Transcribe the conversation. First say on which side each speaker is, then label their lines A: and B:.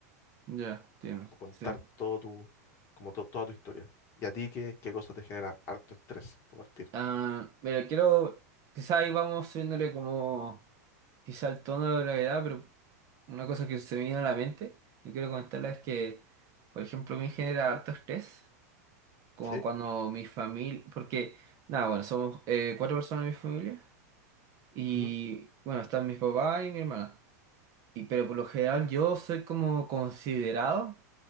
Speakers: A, on the right; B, on the left.
A: Ya, entiendo.
B: contar
A: Sí.
B: todo tu, como to- toda tu historia. ¿Y a ti qué, qué cosa te genera harto estrés por partir?
A: Ah, mira, quiero. Quizás ahí vamos subiéndole como. Quizá el tono de la gravedad, pero una cosa que se me vino a la mente y quiero comentarla es que, por ejemplo, me genera harto estrés. Como
B: ¿Sí?
A: cuando mi familia. Porque, nada, bueno, somos eh, cuatro personas en mi familia. Y
B: Ujú.
A: bueno, están mis papás y mi hermana. Y, pero por lo general yo soy como considerado.